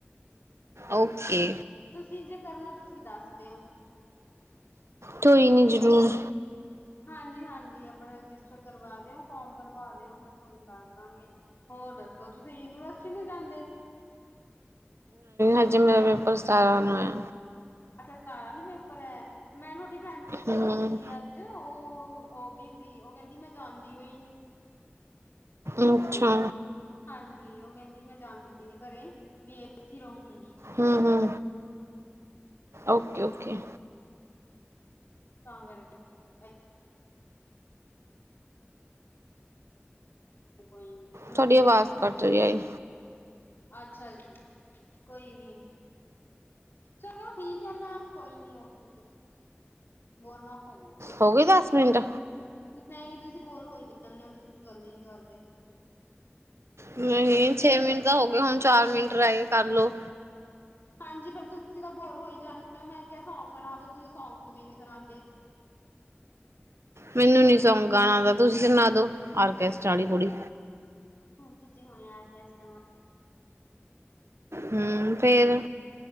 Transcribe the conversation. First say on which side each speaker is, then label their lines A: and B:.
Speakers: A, on the right; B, on the left.
A: ਓਕੇ।
B: ਤੁਸੀਂ ਜੇ ਕਰਨਾ ਤੁਸੀਂ ਦੱਸਦੇ ਹੋ।
A: ਕੋਈ ਨਹੀਂ ਜ਼ਰੂਰ।
B: ਹਾਂਜੀ ਹਾਂਜੀ ਆਪਣਾ ਰਜਿਸਟਰ ਕਰਵਾ ਦਿਓ ਫੋਮ ਭਰਵਾ ਦਿਓ ਮੈਂ ਤੁਹਾਨੂੰ ਦੱਸ ਦਵਾਂਗੀ ਹੋਰ ਦੱਸੋ ਤੁਸੀਂ ਯੂਨੀਵਰਸਿਟੀ ਨਹੀਂ ਜਾਂਦੇ?
A: ਹਜੇ ਮੇਰਾ ਪੇਪਰ ਸਤਾਰਾਂ ਨੂੰ ਹੈ।
B: ਅੱਛਾ ਸਤਾਰਾਂ ਨੂੰ ਪੇਪਰ ਹੈ ਮੈਂ ਤੁਹਾਡੀ ਬਰਾਂਡੇ ਕੋਲ
A: ਹਮ
B: ਗਈ ਸੀ ਅੱਜ ਉਹ ਉਹ ਵੀ ਸੀ ਉਹ ਕਹਿੰਦੀ ਮੈਂ ਜਾਦੀ ਹੋਈ ਨੀ
A: ਅੱਛਾ।
B: ਹਾਂਜੀ ਉਹ ਕਹਿੰਦੀ ਮੈਂ ਜਾਣਦੀ ਨ ਘਰੇ ਵੀ ਇਹ ਇੱਥੇ ਰਹੂਗੀ
A: ਹੂੰ ਹੂੰ ਓਕੇ ਓਕੇ।
B: ਤਾਂ ਕਰ ਕੇ ਕੋਈ ਨੀ
A: ਤੁਹਾਡੀ
B: ਕਹੀ ਜਾਂਦਾ
A: ਆਵਾਜ਼ ਕੱਟ ਰਹੀ ਆਏ।
B: ਅੱਛਾ ਜੀ, ਕੋਈ ਨੀ ਚਲੋ ਠੀਕ ਹੈ, ਮੈਮ ਕੋਈ ਨੀ ਓਕੇ ਬੋਲਣਾ ਹੋ
A: ਹੋ ਗਈ ਦਸ ਮਿੰਟ।
B: ਨਹੀਂ ਤੁਸੀਂ ਬੋਰ ਹੋਈ ਜਾਂਦੇ ਹੋ, ਤੁਸੀਂ ਗੱਲ ਹੀ ਨਹੀਂ ਕਰਦੇ।
A: ਨਹੀਂ ਛੇ ਮਿੰਟ ਤਾਂ ਹੋ ਗਏ, ਹੁਣ ਚਾਰ ਮਿੰਟ ਰਹਿ ਗਏ ਕਰ ਲੋ।
B: ਹਾਂਜੀ, ਪਰ ਤੁਸੀਂ ਤਾਂ ਬੋਰ ਹੋਈ ਜਾਂਦੇ ਹੋ, ਮੈਂ ਕਿਹਾ ਸੌਂਗ ਸੁਣਾਦੇ ਤੁਸੀਂ ਸੌਂਗ ਵੀ ਨਹੀਂ ਸੁਣਾਉਦੇ।
A: ਮੈਨੂੰ ਨੀ ਸੌਂਗ ਗਾਣਾ ਆਉਦਾ, ਤੁਸੀਂ ਸੁਣਾ ਦੋ, ਆਰਕੈਸਟ ਵਾਲੀ ਕੁੜੀ।
B: ਤੁਸੀਂ ਹੁਣ ਯਾਰ ਕਿਸ੍ਹਾਂ
A: ਹਮ ਫਿਰ